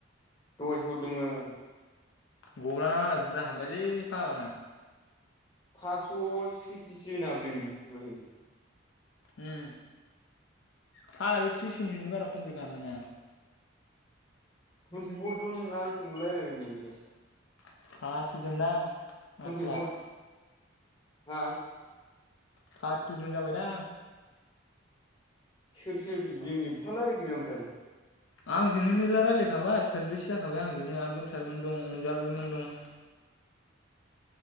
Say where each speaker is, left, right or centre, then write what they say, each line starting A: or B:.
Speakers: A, on the left; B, on the left.
A: दहायसो हरदोंमोन दोंमोन
B: गल्बाना मालाय बुरजा हाबबायलै फाग्लाना
A: फासस' सिक्सटिसेभेन हाबदों मारै
B: उम था बे थ्रिस जन जनिबो बारा खमफ्लिथ खालामबायना।
A: थुनथिफरजन ना बेसेबां लारायबायनो बियो।
B: <unintelligible> दां
A: टुइन्टिफर
B: आसोला।
A: हा
B: थाथिजन जाबाय दां।
A: सोर सोर जों एबफा रालायखो बे ओमफ्राय।
B: आंजोनो मेरला रालायखाबाय खोनब्रैसो जाखाबाय आंजोंनो आरो गोमसारमोन दं अनजलिुमोन दं।